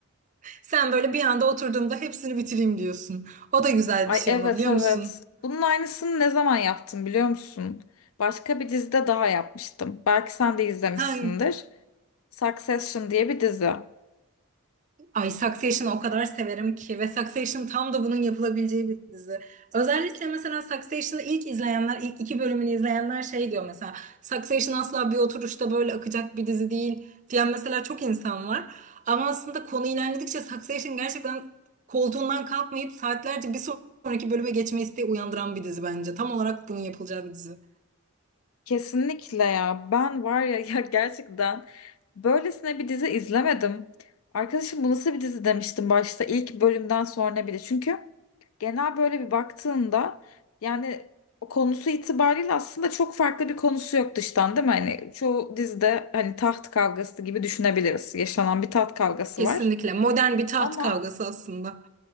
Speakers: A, on the right; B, on the left.
A: Sen böyle bir anda oturduğumda hepsini bitireyim diyorsun. O da güzel
B: Ay
A: bir şey
B: evet
A: ama biliyor
B: evet.
A: musun?
B: Bunun aynısını ne zaman yaptım biliyor musun? Başka bir dizide daha yapmıştım. Belki sen de izlemişsindir.
A: Ha,
B: Succession diye bir dizi.
A: ay Succession'ı o kadar severim ki ve Succession tam da bunun yapılabileceği bir dizi. Özellikle mesela Succession'ı ilk izleyenler, ilk iki bölümünü izleyenler şey diyor mesela. Succession asla bir oturuşta böyle akacak bir dizi değil diyen mesela çok insan var. Ama aslında konu ilerledikçe Succession gerçekten koltuğundan kalkmayıp saatlerce bir sonraki bölüme geçme isteği uyandıran bir dizi bence. Tam olarak bunun yapılacağı bir dizi.
B: Kesinlikle ya. Ben var ya, <laughs> ya gerçekten böylesine bir dizi izlemedim. Arkadaşım bu nasıl bir dizi demiştim başta ilk bölümden sonra bile. Çünkü genel böyle bir baktığında yani o konusu itibariyle aslında çok farklı bir konusu yok dıştan değil mi? Hani çoğu dizide hani taht kavgası gibi düşünebiliriz. Yaşanan bir taht kavgası
A: Kesinlikle.
B: var.
A: Modern bir taht
B: Ama
A: kavgası aslında.